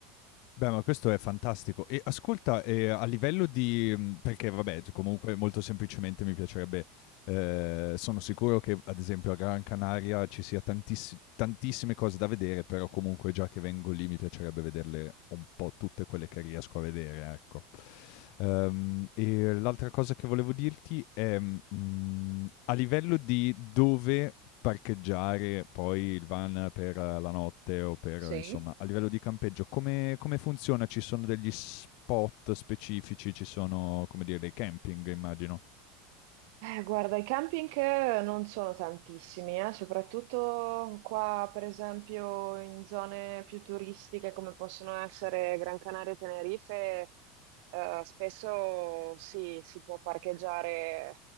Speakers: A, on the left (about 60°); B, on the right (about 65°).
A: Beh, ma questo è fantastico. E ascolta, ehm, a livello di mhmm, perché vabbè, c comunque molto semplicemente mi piacerebbe ehm, sono sicuro che ad esempio a Gran Canaria ci sia tantissi tantissime cose da vedere, però comunque già che vengo lì mi piacerebbe vederle un po' tutte quelle che riesco a vedere, ecco. Ehm, e l'altra cosa che volevo dirti è, mhmm, a livello di dove parcheggiare poi il van per eh, la notte o per
B: Sì?
A: eh, insomma, a livello di campeggio come come funziona? Ci sono degli spot specifici? Ci sono, come dire, dei camping immagino.
B: Eh, guarda, i camping eh, non sono tantissimi, eh, Soprattutto qua, per esempio, in zone più turistiche come possono essere Gran Canaria e Tenerife, eh, spesso sì, si può parcheggiare